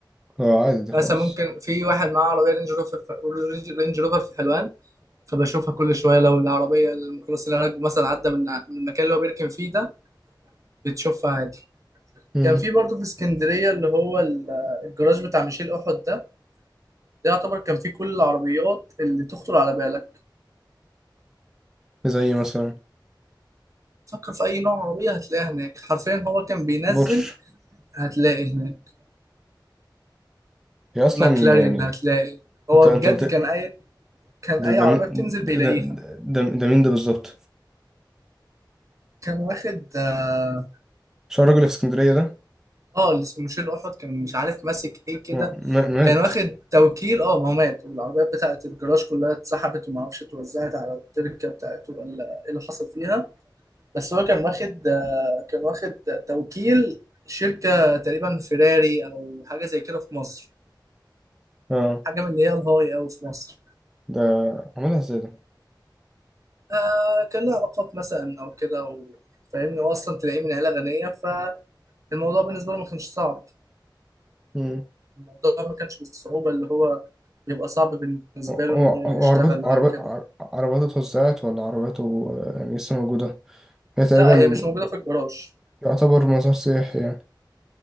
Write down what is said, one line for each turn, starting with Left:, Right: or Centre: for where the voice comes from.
Centre: <laughs> اه عادي دي خالص
Right: مثلا ممكن في واحد معاه عربيه رينج روفر رينج روفر في حلوان فبشوفها كل شويه لو العربيه الميكروباص العربي مثلا عدى من من المكان اللي هو بيركن فيه ده بتشوفها عادي
Centre: مم.
Right: كان في برضه في اسكندريه اللي هو ال- الجراج بتاع ميشيل احد ده ده يعتبر كان فيه كل العربيات اللي تخطر على بالك
Centre: زي مثلا
Right: فكر في اي نوع عربيه هتلاقيها هناك حرفيا هو كان بينزل
Centre: بورش
Right: هتلاقي هناك
Centre: هي اصلا
Right: ماكلارين
Centre: يعني
Right: هتلاقي هو
Centre: انت انت
Right: بجد
Centre: قلت
Right: كان اي كان
Centre: ده
Right: اي عربيه
Centre: ده مين-
Right: بتنزل بيلاقيها
Centre: ده ده, ده, ده مين ده بالظبط
Right: كان واخد اه
Centre: مش هو الراجل اللي في اسكندرية ده
Right: آه، اللي اسمه ميشيل احد كان مش عارف ماسك ايه كده
Centre: ما- ما- مات
Right: كان واخد توكيل اه ما هو مات والعربيات بتاعت الجراج كلها اتسحبت وما اعرفش اتوزعت على التركه بتاعته ولا ايه اللي حصل فيها بس هو كان واخد كان واخد توكيل شركه تقريبا فيراري او حاجه زي كده في مصر
Centre: اه
Right: حاجه من اللي هي الهاي او في مصر
Centre: ده عملها ازاي ده
Right: آه كان له علاقات مثلا او كده و- فاهمني واصلا تلاقيه من عيله غنيه فالموضوع بالنسبه له ما كانش صعب
Centre: مم.
Right: الموضوع ما كانش بالصعوبه اللي هو يبقى صعب بالنسبه
Centre: هو
Right: له
Centre: هو
Right: ان هو
Centre: هو
Right: يشتغل
Centre: عربيته عربيته
Right: او كده
Centre: عر- عربيته اتوزعت ولا عربيته آه، يعني لسه موجودة هي تقريبا
Right: لا هي مش موجوده في الجراج
Centre: يعتبر مزار سياحي يعني